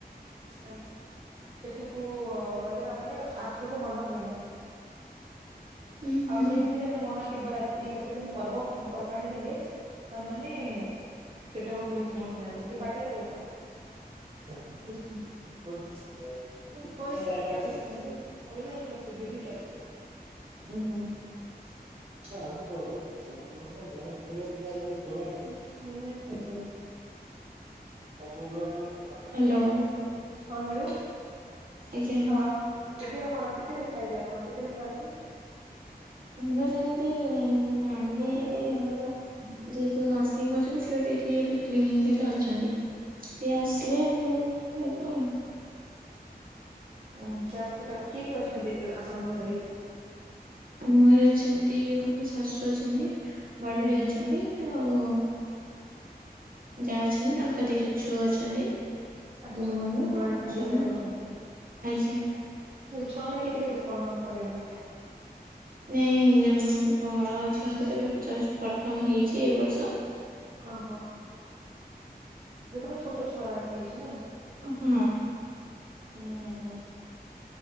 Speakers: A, on the right; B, on the right.
A: ଆ ସେଠିକୁ ଗଲେ ତା ମାନେ ଆରଥରକୁ ମନ ହୁଏ ନା।
B: ହୁଁ ହୁଁ।
A: ଆଉ ସେମିତି ସେ ମାନେ ମହାଶିବରାତ୍ରି ତାପରେ ସେମିତି ପର୍ବ। ପର୍ବାଣୀ ହେଲେ। ତାମାନେ ସେଠାକୁ ପୁଣି ସମସ୍ତେ ଯାଆନ୍ତି କିଏ ବାଟେଇ ଦବ ଏଟା। <inaudible> <inaudible> ଉଁ ହୁଁ <unintelligible> ପାଞ୍ଚ ହଜାର ଧରିଥ
B: ହାଲୋ।
A: ହଁ ହାଲୋ
B: ଆଜ୍ଞା
A: ଆଉ ଆ କେବେ ଆଉ କଣ କେତେବେଲେ ଖାଇବେ ଆପଣ କେତେବେଳେ ଖାଆନ୍ତି?
B: ଆମର ସେମିତି ନାହିଁ ଭାଣିଜିଟେ
A: ରଖିଦେଲେ
B: ଆମର। ଯେହେତୁ ନର୍ସିଂ ଅଛନ୍ତି ସେ ଗୋଟେ ଏଠି ଗୋଟେ କ୍ଲିନିକରେ ଅଛନ୍ତି। ସିଏ ଆସିଲେ
A: ହୁଁ
B: ଆମର ହବ ଆଉ।
A: ଓ ହ ଚାରସିଟ୍ କିଏ କିଏ ଅଛନ୍ତିକି ଆପଣଙ୍କ ଘରେ?
B: ଆମ ଘରେ ଅଛନ୍ତି ମୋ ଶାଶୁ ଅଛନ୍ତି ବଡ
A: ହୁଁ
B: ଭାଇ ଅଛନ୍ତି। ଆଉ ଯାଆ ଅଛନ୍ତି ତାଙ୍କ ଦିଟା ଛୁଅ ଅଛନ୍ତି।
A: ଆଚ୍ଛା
B: ମୁଁ
A: ସମସ୍ତେ ତାହେନେ ଜଏଣ୍ଟ୍
B: ଆଉ
A: ଫ୍ୟାମିଲି
B: ସ୍ୱାମୀ।
A: ହିସାବରେ ଅଛନ୍ତି।
B: ଆଜ୍ଞା
A: ଛୁଆ ମାନେ କେତେ କେତେ କଣ କଲେଣି?
B: ନାଇଁ ଜନ ବଡ ଝିଅଙ୍କର ଏ ବି ଜଷ୍ଟ ପ୍ରଥମ ହେଇଚି ଏ ବର୍ଷ।
A: କହ। ଦେ ତମେ ଛୋଟ ଛୁଆ ହେଇଚି ନା?
B: ହୁଁ।
A: ଉଁ ହୁଁ ହୁଁ